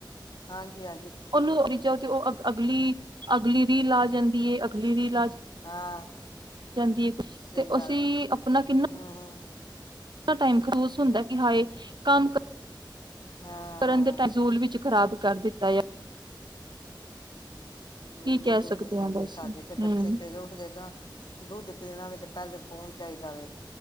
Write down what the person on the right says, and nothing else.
ਉਹਨੂੰ ਰੀ ਜਾਓ ਤੇ ਉਹ ਅ ਅਗਲੀ ਅਗਲੀ ਰੀਲ ਆ ਜਾਂਦੀ ਐ, ਅਗਲੀ ਰੀਲ ਆ
ਜਾਂਦੀ
ਤੇ
ਅਸੀਂ
ਆਪਣਾ ਕਿੰਨਾ
ਇੰਨਾ ਟਾਈਮ ਖੂਸ ਹੁੰਦਾ ਕਿ ਹਾਏ ਕੰਮ ਕਰ
ਕਰਨ ਦੇ ਟਜ਼ੋਲ ਵਿੱਚ ਖ਼ਰਾਬ ਕਰ ਦਿੱਤਾ ਹੈ
ਕੀ ਕਹਿ
ਸਕਦੇ
ਹਾਂ ਬਸ
ਹੂੰ